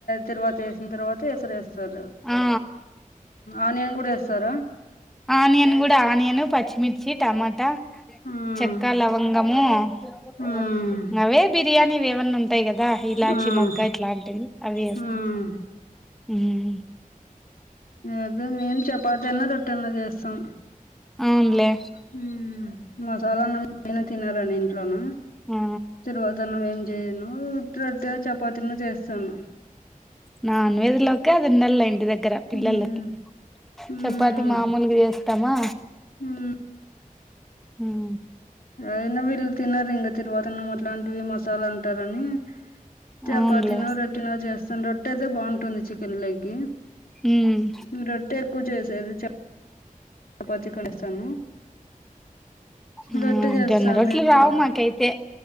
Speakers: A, on the left; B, in the centre.
A: తిరువాత వేసిన తర్వాత సరేస్తారు
B: ఆ
A: ఆనియన్ కూడా ఏస్తస్తారా
B: ఆనియన్ కూడా ఆనియన్ పచ్చిమిర్చి టమాటా
A: హ్మ్.
B: చెక్క లవంగము ఇంగా
A: హ్మ్.
B: అవే బిర్యానీ వేవన్నా ఉ ఉంటాయి కదా ఇలాచి
A: హ్మ్.
B: మొగ్గ ఇట్లాంటివి అవి వేస్తాము
A: హ్మ్.
B: హ్మ్
A: అదే మేన్ చపాతన్న రోటైనా చేస్తాం
B: అవునులే
A: హ్మ్ మసాలా అన్నం ఎప్పుడైనా తినార ఇంట్లోన
B: ఆ
A: తిరువాత అన్నం ఏం చేయను ఉత్త రొట్టె చపాతీనో చేస్తాను
B: నాన్వెజ్ కి అది ఉండలేండి దగ్గర పిల్లలకి
A: మ్మ్ మ్మ్
B: చపాతి మామూలుగా చేస్తామా
A: మ్మ్
B: హ్మ్
A: ఏరైనా వీళ్ళు తిన్నారు ఇంకా తిరువాతన్నా అట్లాంటివి మసాలా అంటారని చపాత
B: అవునులే
A: నో రొట్టనో చేస్తాను రొట్టె అయితే బాగుంటది చికెన్లోకి
B: ఉమ్
A: నువ్ రొట్టే ఎక్కువ చేసేది చ చపాతి కడేస్తాను
B: ఆ
A: రొట్టె చేస్తాను
B: జొన్న రొట్లు
A: ఎక్కువ
B: రావు మాకైతే